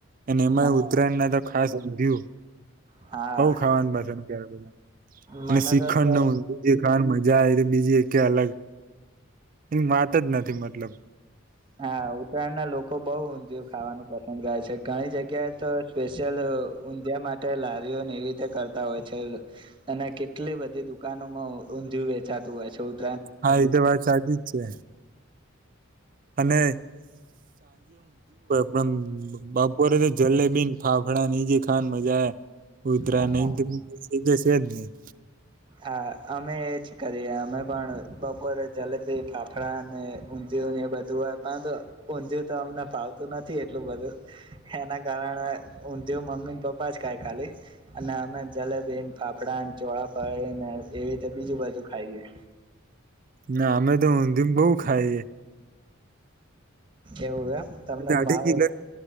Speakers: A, on the right; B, on the right.
A: અને એમાં
B: હા
A: એ ઉત્તરાયણના તો ખાસ ઊંધિયું
B: હા
A: બહુ ખાવાનું પસંદ ત્યારે બધા
B: મને
A: અને શીખણને
B: તો તો
A: ઊંધિયું ખાવાની મજા આઈ તો બીજી એકે અલગ એમ વાત જ નથી મતલબ
B: હા ઉત્તરાયણના લોક કો બહુ ઊંધિયું ખાવાનું પસંદ કરે છે. ઘણી જગ્યાએ તો સ્પેશિયલ ઊંધિયા માટે લારીઓને એવી રીતે કરતા હોય છે. અને કેટલી બધી દુકાનોમાં ઊંધિયું વેચાતું હોય છે. ઉત્ત
A: હા એ તો વાત સાચી જ છે. અને પન બપોરે તો જલેબીને ફાફળાને ઈ જે ખાવાની મજા હે ઉધરા
B: હા
A: નહીં <inaudible> એ જસે જ નહીં.
B: હા અમે એજ કરીએ અ અમે પણ બપોરે જલેબી, ફાફડા અને ઊંધિયુંને એ બધું હોય પરંતુ ઊંધિયું તો અમને ફાવતું નથી એટલું બધું એના કારણે ઊંધિયું મમ્મીને પપ્પા જ ખાય ખાલી અને અમે જલેબીને, ફાફડાને, ચોળા ફળીને એવી રીતે બીજું બધું ખાઈએ
A: ના અમે તો ઉંધીયુને બહુ ખાઈએ.
B: એવું એમ તમને
A: અઢી
B: ભાવ
A: કિલો